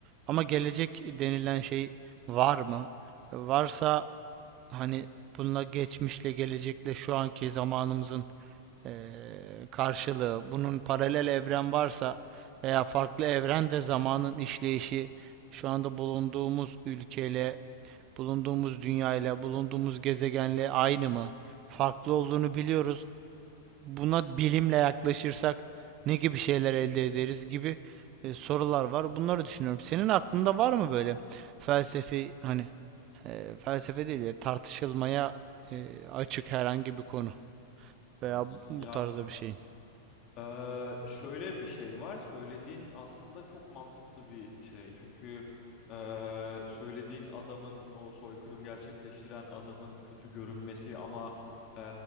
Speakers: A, on the right; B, on the left.
A: ama gelecek denilen şey var mı? Varsa hani bununla geçmişle gelecekle şu anki zamanımızın eee, karşılığı bunun paralel evren varsa veya farklı evrende zamanın işleyişi şu anda bulunduğumuz ülkeyle bulunduğumuz dünyayla bulunduğumuz gezegenle aynı mı? Farklı olduğunu biliyoruz buna bilimle yaklaşırsak ne gibi şeyler elde ederiz gibi e, sorular var. Bunları düşünüyorum. Senin aklında var mı böyle felsefi hani e, felsefe değil de tartışılmaya e, açık herhangi bir konu
B: Anladım.
A: veya bu
B: Ya
A: tarzda bir şeyin?
B: Ee, şöyle bir şey var. Söylediğin aslında çok mantıklı bir şey. Çünkü ee, söylediğin adamın o soykırım gerçekleştiren adamın kötü görünmesi ama ee,